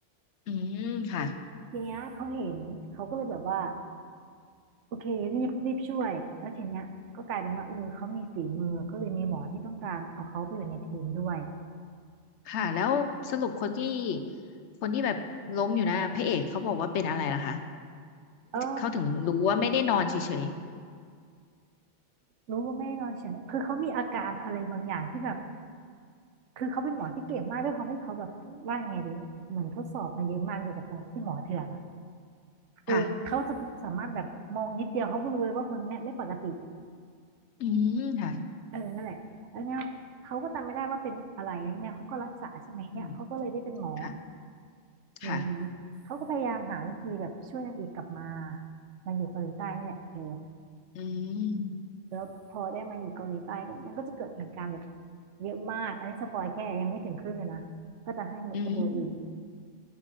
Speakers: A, on the left (about 70°); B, on the right (about 75°).
A: อืมค่ะ
B: ทีทีเนี้ยเขาเห็นเขาก็เลยแบบว่าโอเครีบรีบช่วยแล้วทีเนี้ยก็กลายเป็นว่าเออเขามีฝีมือก็เลยมีหมอที่ต้องการเอาเขาไปอยู่ในทีมด้วย
A: ค่ะแล้วสรุปคนที่คนที่แบบล้มอยู่นะพระเอกเขาบอกว่าเป็นอะไรล่ะคะ
B: เออ
A: เขาถึงรู้ว่าไม่ได้นอนเฉย
B: รู้ว่าไม่ได้นอนเฉยคือเขามีอาการอะไรบางอย่างที่แบบ คือเขาเป็นหมอที่เก่งมากด้วยความที่เขาแบบว่ายังไงดีเหมือนทดสอบมาเยอะมากอยู่กับตรงที่หมอเถื่อนอ่ะเออเขาจะสามารถแบบมองนิดเดียวเขาก็รู้เลยว่าคนคนเนี้ยไม่ปกติ
A: ค่ะอืมค่ะ
B: เออนั่นแหละแล้วเนี้ยเขาก็จำไม่ได้ว่าเป็นอะไรเนี่ยเขาก็รักษาใช่ไหมเนี่ยเขาก็เลยได้เป็นหมอ
A: อืมค่ะ
B: อยู่อย่างนั้นเขาก็พยายามหาวิธีแบบช่วยนางเอกกลับมา
A: ค่ะ
B: มาอยู่เกาหลีใต้นี่แหละเออ
A: อืม
B: แล้วพอได้มาอยู่เกาหลีใต้ก็มันก็จะเกิดเหตุการณ์แบบเยอะมากอันนี้สปอยแค่ยังไม่ถึงครึ่งเลยนะก็จะให้ไปดูเอง
A: อืม